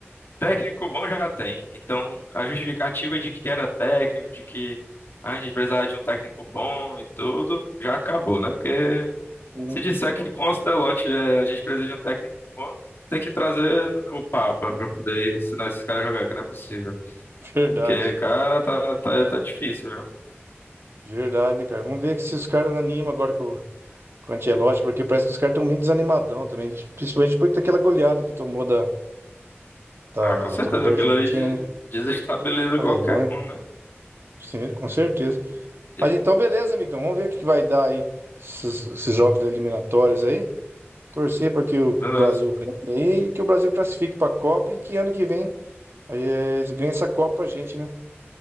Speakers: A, on the left; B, on the right.
A: técnico bom já tem. Então, a justificativa de que era técnico, de que ah, a gente precisava de um técnico bom e tudo, já acabou, né? Porque
B: Sim.
A: Se disser que com o Ancelotti é, a gente precisa de um técnico bom, tem que trazer o Papa pra poder ensinar esses caras a jogar, que não é possível.
B: Verdade,
A: Porque, cara, tá, tá, tá difícil, viu?
B: verdade, né, cara? Vamos ver que se os caras animam agora com, o- com o Ancelotti, porque parece que os caras estão meio desanimadão também, principalmente depois daquela goleada que tomou da, da,
A: Ah, com certeza,
B: tomou da
A: aquilo
B: Argentina,
A: ali de-
B: né?
A: desestabiliza
B: Alemanha,
A: qualquer um, né?
B: sim, com certeza.
A: E
B: Mas então, beleza, amigão, vamos ver o que que vai dar aí, esses, esses jogos da eliminatórias aí. Torcer para que o
A: beleza.
B: que o Brasil ganhe e que o Brasil classifique para a Copa e que ano que vem aí, eh, eles essa Copa pra gente, né?